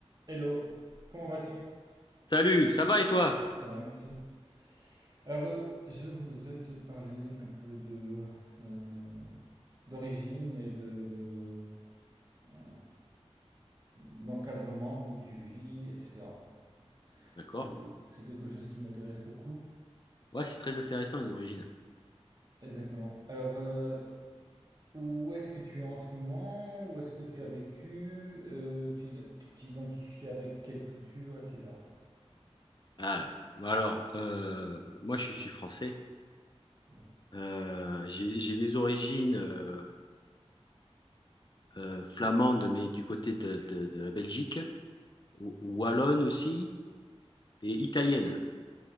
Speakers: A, on the right (about 35°); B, on the left (about 45°).
A: Hello, comment vas-tu?
B: Salut, ça va et toi?
A: Ça va, merci. Alors, euh, je voudrais te parler un peu de euh, d'origine et de, de, euh, d'encadrement, d'où tu vis, etc.
B: D'accord.
A: C'est quelque, c'est quelque chose qui m'intéresse beaucoup.
B: Ouais, c'est très intéressant les origines.
A: Exactement. Alors, euh, où est-ce que tu es en ce moment? Où est-ce que tu as vécu? Euh, tu tu t'identifies avec quelle culture, etc.
B: Ah, bah alors, euh, moi je suis français.
A: Ouais.
B: Euh, j'ai j'ai des origines euh, euh, flamandes, mais du côté de, de- de la Belgique, ou- ou wallonne aussi, et italienne.